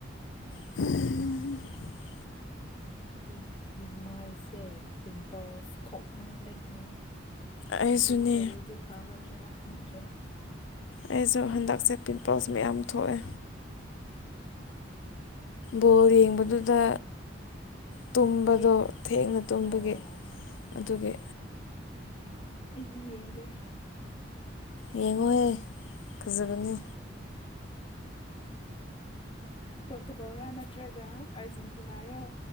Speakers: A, on the left; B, on the left.
A: <unintelligible>
B: ꯑꯩꯒꯤ ꯃꯥꯏꯁꯦ ꯄꯤꯝꯄꯜꯁ ꯊꯣꯛꯃꯟꯕꯒꯤ
A: ꯑꯩꯁꯨꯅꯦ
B: ꯀ꯭ꯔꯤ ꯇꯩꯔꯗꯤ ꯐꯒꯗ꯭ꯔꯥ ꯈꯪꯗ꯭ꯔꯦ
A: ꯑꯩꯁꯨ ꯍꯟꯗꯛꯁꯦ ꯄꯤꯝꯄꯜꯁ ꯃꯌꯥꯝ ꯊꯣꯛꯑꯦ ꯕꯣꯜ ꯌꯦꯡꯕꯗꯨꯗ ꯇꯨꯝꯕꯗꯣ
B: ꯌꯦꯡ
A: ꯊꯦꯡꯅ ꯇꯨꯝꯕꯒꯤ
B: ꯑꯣ
A: ꯑꯗꯨꯒꯤ
B: ꯑꯩꯗꯤ ꯌꯦꯡꯗꯦ
A: ꯌꯦꯡꯉꯣꯍꯦ ꯐꯖꯕꯅꯦ
B: ꯄꯨꯣꯠꯇꯨ ꯀꯧꯔꯅ ꯅꯠꯇ꯭ꯔꯒ ꯑꯥꯔꯖꯦꯟꯇꯤꯅꯥꯔꯣ